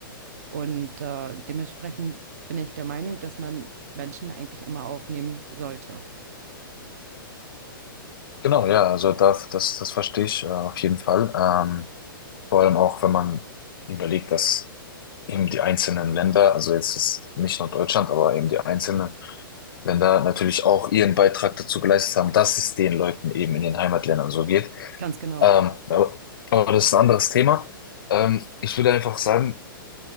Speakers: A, on the right; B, on the left.
A: Und äh, dementsprechend bin ich der Meinung, dass man Menschen eigentlich immer aufnehmen sollte.
B: Genau, ja, also das, das, das verstehe ich äh, auf jeden Fall. Ähm, vor allem auch, wenn man überlegt, dass eben die einzelnen Länder, also jetzt ist nicht nur Deutschland, aber eben die einzelnen Länder natürlich auch ihren Beitrag dazu geleistet haben, dass es den Leuten eben in den Heimatländern so geht.
A: Ganz genau.
B: Ähm, aber, aber das ist ein anderes Thema. Ähm, ich würde einfach sagen,